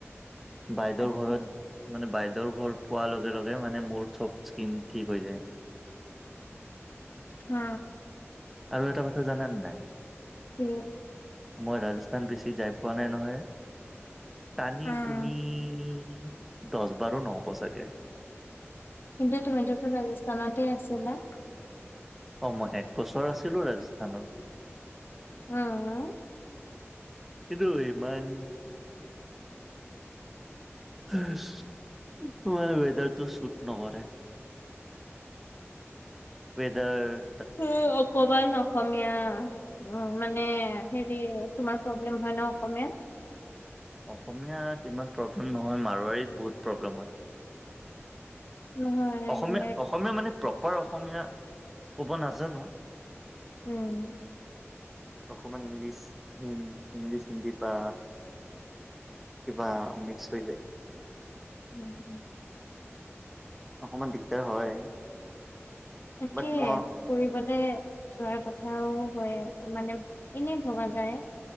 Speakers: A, in the centre; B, on the left.
A: বাইদেউৰ
B: আচ্ছা
A: ঘৰত মানে বাইদেউৰ ঘৰ পোৱাৰ লগে লগে মানে মোৰ চব স্কিন ঠিক হৈ যায়।
B: অ।
A: আৰু এটা কথা জানান নাই?
B: কি?
A: মই ৰাজস্থান বেছি যাই পোৱা নাই নহয়। টানি
B: উম
A: তুনি ই দচ বাৰো নহব চাগৈ।
B: কিন্তটো তুমি টো চোন ৰাজস্থানত টে আছিলা।
A: অঁ মই একবছৰ আছিলোঁ ৰাজস্থানত।
B: অ' অ।
A: কিন্তু ইমান তোমাৰ ৱেডাৰটো চুট নকৰে। ৱেদাৰ।।
B: উ অকণমান অসমীয়া উ মানে হেত তুমি তোমাৰ প্ৰব্লেম হয় ন অসমীয়াত?
A: অসমীয়াত ইমান প্ৰব্লেম নহয়। মাৰোৱাৰীত বহুত প্ৰব্লেম হয়।
B: নহয়
A: অসমীয়া
B: মানে
A: অসমীয়া মানে প্ৰব মই অসমীয়া ক'ব নাজানো।
B: উম।
A: অকমান ইংলিছ, ইংলিছ হিন্দী বা কিবা মিক্স হৈ যায়।
B: উম উম।
A: অকণমান দিগদা্ৰ হয়।
B: তাকে
A: বাট মই
B: ফুৰিবলে যোৱাৰ কথা কথাও হয়, মানে এনে ভবা যায়।